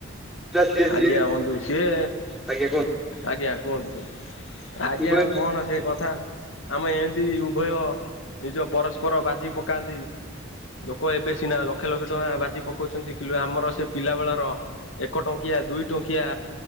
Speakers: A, in the centre; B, on the left.
A: ସିଏ ଯିଏ
B: ଆଜ୍ଞା ବନ୍ଧୁ କିଏ।
A: ଆଜ୍ଞା
B: ଆଜ୍ଞା କୁହନ୍ତୁ
A: କୁହନ୍ତୁ।
B: ଆଜ୍ଞା ଆଉ କଣ ସେ କଥା। ଆମେ ଏମିତି ଉଭୟ ନିଜ ପରସ୍ପର ବାଜି ପକାନ୍ତି। ଲୋକ ଏବେ ସିନା ଲକ୍ଷ ଲକ୍ଷ ଟଙ୍କା ବାଜି ପକଉଛନ୍ତି କିନ୍ତୁ ଆମର ସେ ପିଲା ବେଳର ଏକ ଟଙ୍କିଆ ଦୁଇ ଟଙ୍କିଆ